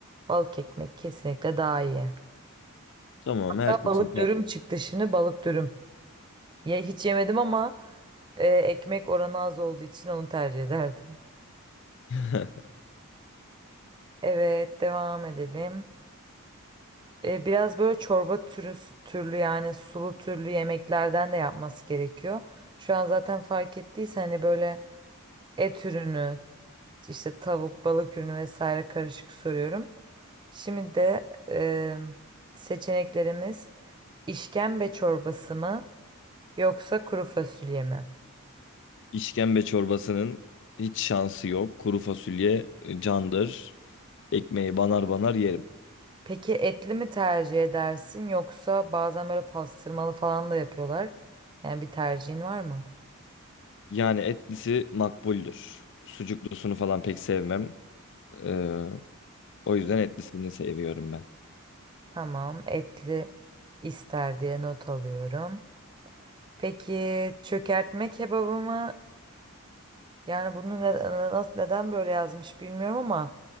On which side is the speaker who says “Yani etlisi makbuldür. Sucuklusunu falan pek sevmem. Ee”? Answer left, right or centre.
Left